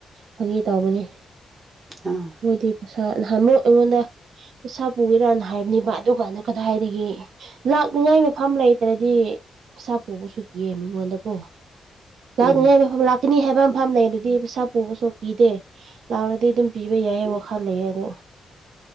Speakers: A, on the right; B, on the right.
A: ꯐꯥꯒꯤ ꯇꯧꯕꯅꯤ
B: ꯑꯥ
A: ꯃꯣꯏꯗꯤ ꯄꯩꯁꯥ ꯅꯍꯝꯃꯣ ꯑꯩꯉꯣꯟꯗ ꯄꯩꯁꯥ ꯄꯨꯒꯦꯔꯅ ꯍꯥꯏꯕꯅꯦꯕ ꯑꯗꯨꯀꯥꯟꯗ ꯀꯗꯥꯏꯗꯒꯤ ꯂꯥꯛꯅꯤꯉꯥꯏ ꯃꯐꯝ ꯂꯩꯇ꯭ꯔꯗꯤ ꯏꯁꯩꯥ ꯄꯨꯕꯁꯨ ꯀꯌꯦ ꯃꯤꯉꯣꯟꯗꯀꯣ ꯂꯥꯛꯅꯤꯡꯉꯥꯏ
B: ꯎꯝ
A: ꯃꯐꯝ ꯂꯥꯛꯀꯅꯤ ꯍꯥꯏꯕ ꯃꯐꯝ ꯂꯩ ꯑꯗꯨꯗꯤ ꯄꯩꯁꯥ ꯄꯨꯕꯁꯨ ꯀꯤꯗꯦ ꯂꯥꯛꯂꯗꯤ ꯑꯗꯨꯝ ꯄꯤꯕ ꯌꯥꯏꯌꯦ
B: ꯎꯝ
A: ꯋꯥꯈꯜ ꯂꯩꯌꯦ ꯑꯗꯣ